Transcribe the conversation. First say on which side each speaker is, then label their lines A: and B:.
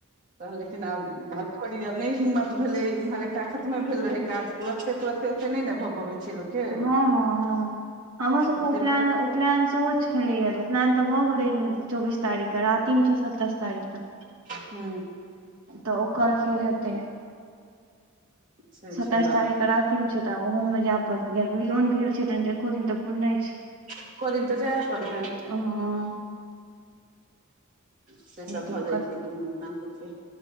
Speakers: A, on the right (about 35°); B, on the right (about 70°).
A: तऽ लेकिन आब भतखोरी आब नहि हिम्मत भेलै इम्हर एकटा खतमे भेल रहै काज तुरते तुरते ओते नहि नऽ भऽ पबै छै लोक के
B: हँ हँ हँ हमरो सब कऽ
A: ओते
B: उपलेयन
A: फेर
B: उपलेयन सेहो छलैए तऽ उपनयन तऽ भऽ गेलै चौबीस तारीखके रातिमे छै सत्ताइस तारीखके
A: हू
B: तऽ ओकर फेर हेतै
A: से
B: सताइस
A: छै बात
B: तारीखके रातिमे छै तऽ आब ओहोूमे जाय पड़तै ज उुलो नहि भेल छै तहन एको दिन तऽ पुरनाइ छै
A: एको दिन तऽ जाय पड़तै
B: हँ
A: से सब
B: दिक्कत
A: भऽ जाइ छै कहँ अपना सबके